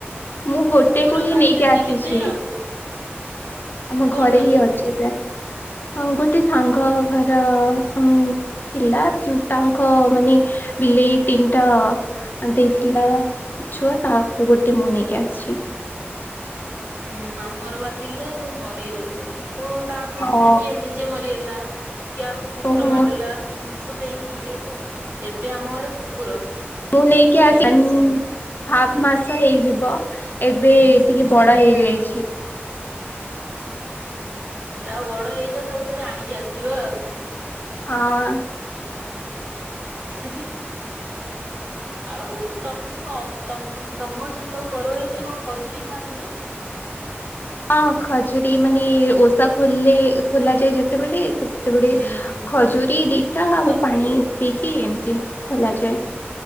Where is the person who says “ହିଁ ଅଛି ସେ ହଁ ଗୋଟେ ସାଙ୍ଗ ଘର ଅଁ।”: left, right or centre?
Left